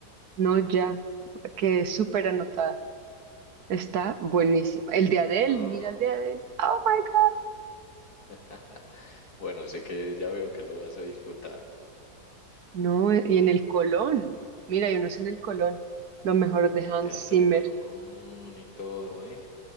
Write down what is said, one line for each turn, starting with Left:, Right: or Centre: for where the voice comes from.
Right: No, ya. Quedé súper anotada. Está buenísimo. El de Adele,
Left: Ah,
Right: mira el de Adele. ¡Oh, my God!
Left: <laughs> Bueno, sé que ya veo que lo vas a disfrutar
Right: No, eh, y en el Colón. Mira, hay unos en el Colón. Lo mejor de
Left: en
Right: Hans
Left: el Teatro
Right: Zimmer.
Left: Colón y todo, ¿eh?